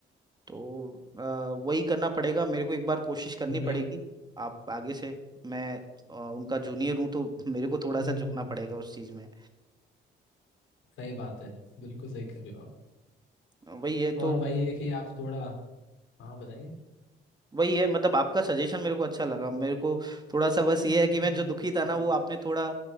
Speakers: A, on the right (about 20°); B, on the left (about 80°).
A: तो अ, वही करना पड़ेगा मेरे को एक बार कोशिश करनी
B: मे
A: पड़ेगी आप आगे से मैं अ, उनका जूनियर हूँ तो मेरे को थोड़ा
B: हम्म
A: सा झुकना
B: हम्म,
A: पड़ेगा उस चीज़ में
B: सही बात है बिल्कुल सही कर रहे हो आप
A: वही है तो
B: और वही है कि आप थोड़ा हाँ बताइए
A: वही है मतलब आपका सजेशन मेरे को अच्छा लगा मेरे को थोड़ा सा बस
B: हम्म
A: ये
B: हम्म
A: है कि
B: हम्म,
A: मैं जो
B: हम्म,
A: दुखी
B: भाई
A: था ना वो आपने थोड़ा